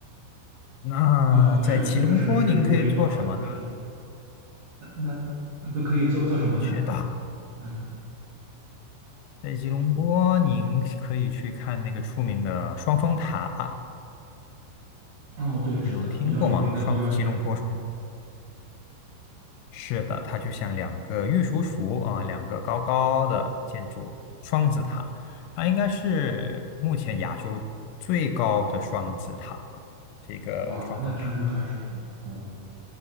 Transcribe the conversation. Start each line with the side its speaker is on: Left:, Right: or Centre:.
Left: 那在吉隆坡您可以做什么呢？
Right: 哦，是的，这个城市如雷贯耳，是的，那那都可以做做什么呢？
Left: 是的，
Right: 嗯，
Left: 在吉隆坡您可以去看那个出名的双峰塔，
Right: 哦，对，是的，
Left: 有听过吗？
Right: 比较有名的地标建筑，
Left: 双吉隆坡双。是的，它就像两个玉蜀黍啊，两个高高的建筑双子塔，它应该是目前亚洲最高的双子塔吧，这个双峰塔。
Right: 哇，那确实还是很很